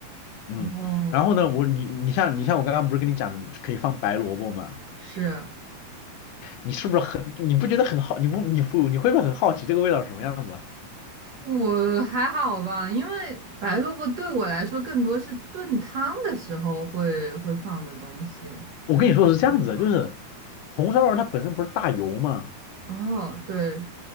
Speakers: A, on the left; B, on the right.
A: 嗯，
B: 哦，
A: 然后呢，我你你像你像我刚刚不是跟你讲可以放白萝卜吗？
B: 是，
A: 你是不是很你不觉得很好？你不你不你会不会很好奇这个味道是什么样子啊？
B: 我还好吧，因为白萝卜对我来说更多是炖汤的时候会会放的东西，
A: 我跟你说是这样子的，
B: 就比如说
A: 就是红烧肉它本身不是大油吗？
B: 哦，对，